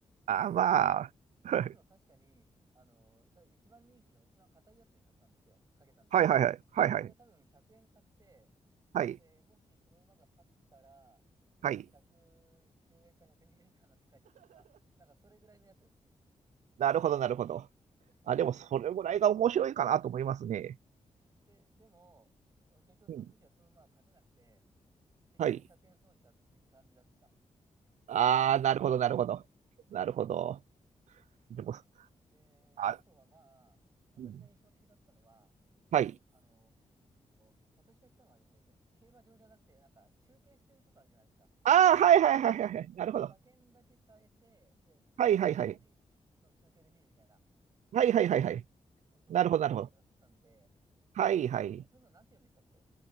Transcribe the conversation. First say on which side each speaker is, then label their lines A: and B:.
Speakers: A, on the right (about 80°); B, on the right (about 30°).
A: ああ、
B: 結
A: まあ。
B: その時も確かに、
A: <laughs>
B: あの、ただ一番人気の一番硬いやつに買ったんですよ。かけたんですよ。
A: はいはいはい。はいはい。
B: で、これは多分100円買って、
A: はい。
B: で、もしその馬が勝ったら、なんか110円か120円かになって帰ってくるとか、
A: はい。
B: なんかそれぐらいのやつです。
A: なるほど、なるほど。
B: うーん、
A: あ、でも、それぐらいが面白いかなと思いますね。
B: で、でも、結局その時はその馬は勝てなくて、
A: うん。
B: 結局100円損したっていう感じだった
A: はい。ああ、
B: と思います。
A: なるほど、なるほど。なるほど。でも、
B: はい。で、
A: あ、
B: あとはまあ、私が印象的だったのは、
A: うん。はい。
B: あのー私が行ったのはですね、その競馬場じゃなくて、なんか中継してるとこあるじゃないですか。
A: ああ、はいはいはいはいはい。
B: あのー馬券だけ変えて、
A: なるほど。
B: で、
A: はいはいはい。
B: あとはテレビの中継で見るみたいな、
A: はいはいはいはい。
B: えっと、
A: なるほど、
B: そういう場所だったんで、
A: なるほど。はいはい。
B: あれそんなのなんて言うんでしたっけ